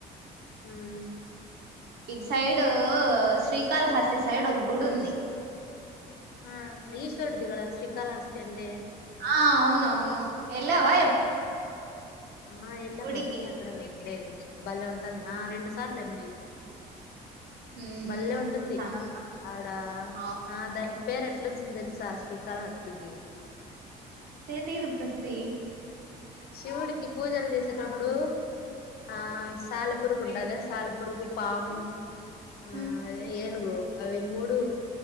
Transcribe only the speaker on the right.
ఇటు సైడ్ శ్రీకాళహస్తి సైడ్ ఒక గుడి ఉంది
ఆ అవును అవును ఏళ్ళవా
గుడికి
ఉమ్
చానా
బా
తంట ఇదు ప్రసిీ <unintelligible>
ఉమ్